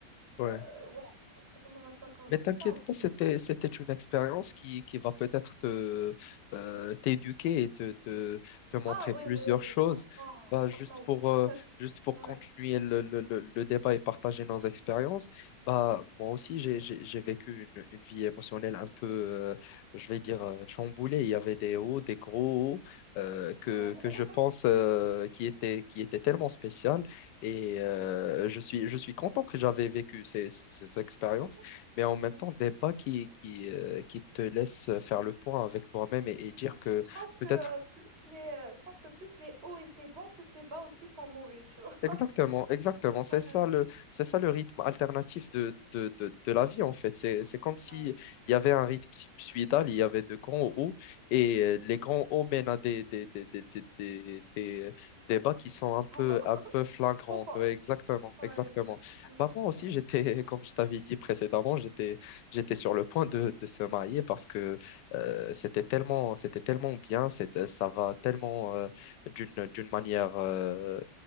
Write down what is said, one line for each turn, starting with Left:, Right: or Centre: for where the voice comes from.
Left: Ouais.
Right: Euh, ouais, franchement, maintenant, quand j'y
Left: Mais t'inquiète
Right: pense.
Left: pas, c'était, c'était une expérience qui, qui va peut-être te, euh, t'éduquer et te, te, te montrer
Right: Ah oui,
Left: plusieurs
Right: oui, oui,
Left: choses.
Right: franchement,
Left: Bah,
Right: franchement,
Left: juste pour, euh, juste pour
Right: oui.
Left: continuer le, le, le- le débat et partager nos expériences, bah, moi aussi, j'ai, j'ai, j'ai vécu une, une vie émotionnelle un peu, euh, je vais dire, euh, chamboulée. Il y avait des hauts, des gros hauts, euh, que,
Right: Ouais,
Left: que je pense euh, qui étaient, qui étaient tellement spéciales. Et euh,
Right: ouais. <laughs>
Left: je suis, je suis content que j'avais vécu ces, ces ces expériences
Right: Oui, bien sûr.
Left: mais en même
Right: Ouais.
Left: temps, des bas qui, qui, euh, qui te laissent faire le point avec toi-même et, et
Right: Ouais.
Left: dire que
Right: Je pense que
Left: peut-être
Right: euh, plus les, euh, je pense que plus les hauts étaient bons, plus les bas aussi sont mauvais, tu vois.
Left: Exactement, exactement. C'est
Right: Ouais,
Left: ça le, c'est ça le rythme alternatif de, de, de, de la vie, en fait. C'est, c'est comme si
Right: ouais.
Left: il y avait un rythme sinusoïdal, il y avait de grands hauts, et euh, les grands hauts mènent à des, des, des, des, des, des, des- des bas qui sont un peu,
Right: En bas, <laughs>
Left: un peu flagrantes.
Right: au fond
Left: Ouais, exactement,
Right: Ouais,
Left: exactement.
Right: exactement.
Left: Bah, moi aussi,
Right: Ouais.
Left: j'étais, <laughs> comme je t'avais dit précédemment, j'étais, j'étais sur le point de, de se marier parce que euh, c'était tellement, c'était tellement bien, c'était, ça va tellement. euh, d'une d'une manière, euh,